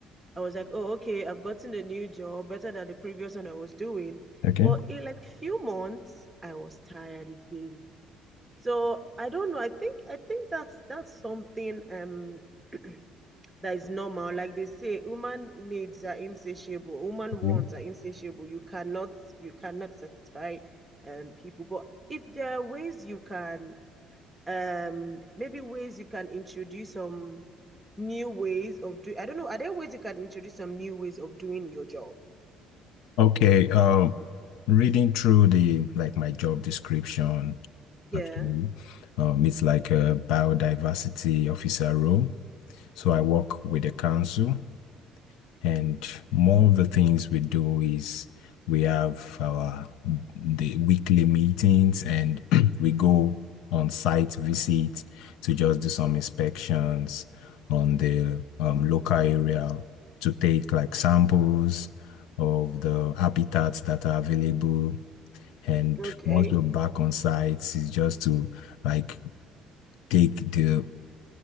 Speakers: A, in the centre; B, on the left.
A: I was like, oh, okay, I've gotten a new job, better than the previous one I was doing.
B: Okay.
A: But in like few months, I was tired again. So I don't know. I think I think that's that's something um <clears throat> that is normal. Like they say, human needs are insatiable. Human wants
B: Yeah.
A: are insatiable. You cannot you cannot satisfy um people. But if there are ways you can um maybe ways you can introduce some new ways of doing. I don't know. Are there ways you can introduce some new ways of doing your job?
B: Okay. Um, reading through the like my job description,
A: Yeah.
B: actually. Um, it's like a biodiversity officer role. So I work with the council, and more of the things we do is we have our the weekly meetings, and <clears throat> we go on site visits to just do some inspections on the um, local area to take like samples of the habitats that are available. And
A: Okay.
B: once we're back on site, it's just to like take the,